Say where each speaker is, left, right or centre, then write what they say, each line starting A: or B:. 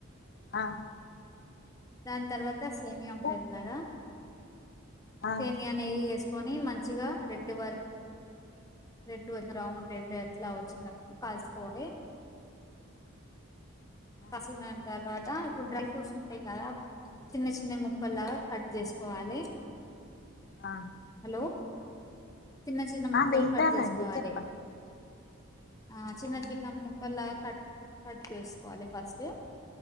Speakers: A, on the left (about 50°); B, on the left (about 15°).
A: ఆ
B: దాని తర్వాత సేమియా
A: ఇంకా
B: ఉంటాది కదా
A: ఆ
B: సేమియా నెయ్యి వేసుకొని మంచిగా రెడ్ వర రెడ్ బ్రౌన్ రెడ్ ఎట్లా వచ్చనప్పుడు కాలుసుకోవాలి
A: ఆ
B: కాసిన తర్వాత ఇప్పుడు డ్రై ఫ్రూట్స్ ఉంటాయి కదా చిన్న చిన్న ముక్కలాగా కట్ చేసుకోవాలి
A: ఆ
B: డు చిన్న చిన్న ముక్కలు
A: ఆ వింటానండి
B: కట్ చేసుకోవాలి
A: చెప్పండి
B: ఆ చిన్న చికాన్ ము అలా కట్ కట్ వేసుకోవాలి ఫస్ట్